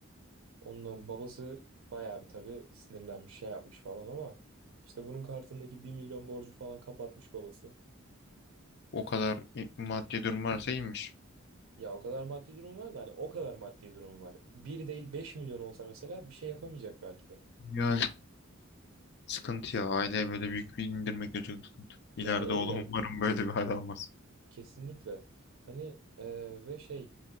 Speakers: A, on the right; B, on the left.
A: Ondan babası bayağı bir tabii sinirlenmiş şey yapmış falan ama işte bunun kartındaki bir milyon borcu falan kapatmış babası.
B: O kadar i- maddi durum varsa iyiymiş.
A: Ya o kadar maddi durum var da hani o kadar maddi durum var. Bir değil 5 milyon olsa mesela bir şey yapamayacak belki de.
B: Yani sıkıntı
A: İşte
B: ya. Aileye böyle büyük bir indirmek de çok sıkıntı. İleride
A: Ya öyle
B: oğlum umarım böyle bir hal almaz.
A: kesinlikle. Hani e, ve şey